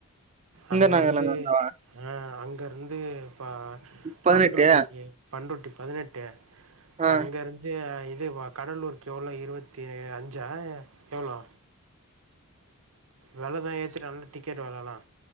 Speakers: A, on the right; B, on the right.
A: இந்திரா
B: அங்கருந்து
A: நகர்ல இருந்து வந்தவா
B: அ அங்கருந்து ப
A: பதினெட்டு
B: பன்ருட்டி பன்ருட்டி பதினெட்டு
A: ஆ
B: அங்கருந்து இது கடலூருக்கு எவ்ளோ இருவத்தி அஞ்சா எவ்ளோ வெலதா ஏத்திட்டா இல்ல டிக்கெட் வெலலா